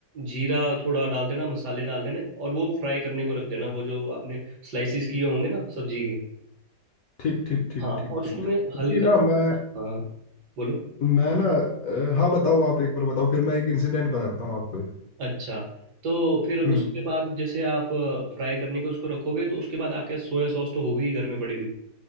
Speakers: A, on the right; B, on the left.
A: जीरा थोड़ा डाल देना मसाले डाल देने और वो फ्राई करने को रख देना वो जो आपने स्लाइसिस किए होंगे ना सब्जी के
B: ठीक ठीक ठीक ठीक
A: हाँ
B: ठीक
A: और उसमें
B: ठीक
A: हल्का
B: कि ना मैं
A: हाँ बोलो
B: मैं ना अ, हाँ बताओ आप एक बार बताओ फिर मैं एक इंसिडेंट बताता हूँ आपको एक
A: अच्छा तो फिर उसके
B: हम्म
A: बाद जैसे आप फ्राई करने को उसको रखोगे तो उसके बाद आपके सोया सॉस तो होगी ही घर में पड़ी हुई